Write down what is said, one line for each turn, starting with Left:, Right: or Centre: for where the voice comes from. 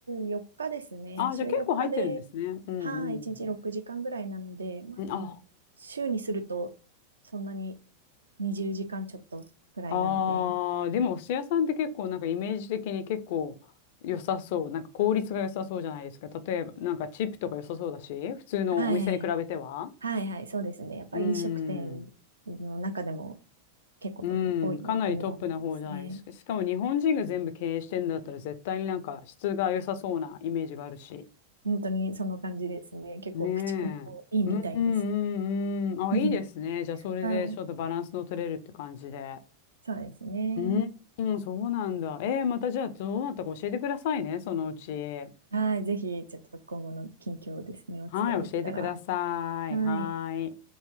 Right: 4日ですね。
Left: あ、
Right: 週4日で、
Left: じゃあ結構入ってるんですね。うん
Right: はい、1日6時間ぐらいなので、まあでも、
Left: うん。んあ、
Right: 週にすると、そんなに20時間ちょっとぐらいなので、
Left: あー、でもお寿司屋さんって結構なんかイメージ的に結構良さそう。なんか効率が良さそうじゃないですか。例えば、なんかチップとか良さそうだし、普通のお店に比べては。
Right: はい、はい、はい、そうですね。やっぱり飲食店の中でも
Left: うーん。
Right: 結構多いとは思いますね。
Left: うん、かなりトップな方じゃないですか。しかも日本人が全部経営してんだったら絶対になんか質が良さそうなイメージがあるし。
Right: 本当にその感じですね。結構口コミもいいみたいです。
Left: ねえ。うんうんうんうん。あ、
Right: <laughs>
Left: いいですね。じゃあそれでちょっとバランスの取れるって感じで。
Right: はい。そうですね。
Left: うん、うん、そうなんだ。えー、またじゃあどうなったか教えてくださいね、そのうち。
Right: はい。ぜひ、ちょっと今後の近況をですね、お伝えできたら。
Left: はい、教えてくださ
Right: はい。
Left: い。はーい。